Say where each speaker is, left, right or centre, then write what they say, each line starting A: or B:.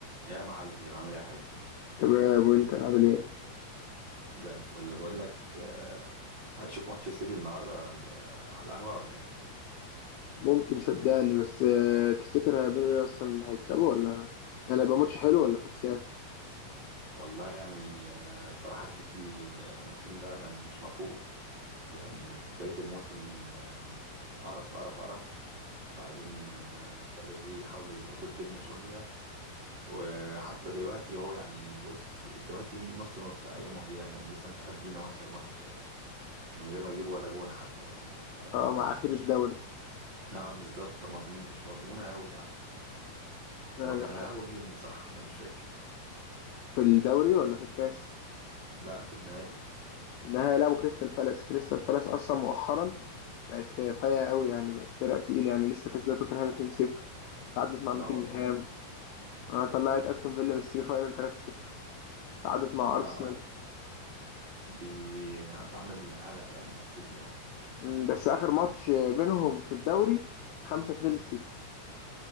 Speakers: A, on the right; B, on the left.
A: يا معلم عامل ايه يا حبيبي
B: تمام وانت عامل ايه
A: زي الفل بقول لك آه، هتشوف ماتش السيتي النهارده على على القهوه ولا ايه
B: ممكن صدقني بس آه، تفتكر هيعملوا ايه اصلا هيكسبوا ولا يعني هيبقى ماتش حلو ولا فاكسيا
A: والله يعني آه، الصراحه السيتي دي، آه، الموسم ده يعني مش مفهوم يعني بدايه الموسم آه، قرف قرف قرف بعدين آه، ابتدوا ايه يحاولوا يظبطوا الدنيا شويه وحتى دلوقتي هو يعني بص دلوقتي نص نص ايام وايام يعني لسه متعادلين هو اخر ماتش من غير ما يجيبوا ولا جون حتى فاهم فيعني
B: اه مع
A: مش
B: اخير
A: مش
B: الدوري
A: اه بالظبط مضمون مش مضمونة أوي يعني
B: ايوه
A: هما كانوا
B: فاهم.
A: هيلعبوا مين صح انا مش فاكر
B: في الدوري ولا في الكاس
A: لا في النهائي
B: انها هيلعبوا كريستال بالاس كريستال بالاس اصلا مؤخرا بقت آه، فايقه قوي يعني بقت فرقه تقيله يعني لسه كسبت توتنهام 2-0 تعادلت مع
A: لا
B: نوتنجهام
A: والله
B: آه، طلعت استون فيلا من السيمي فاينال 3-0 تعادلت مع
A: آه
B: ارسنال
A: دي هتعمل قلق يعني مع السيتي يعني
B: مم، بس اخر ماتش آه، بينهم في الدوري 5-2 للسيتي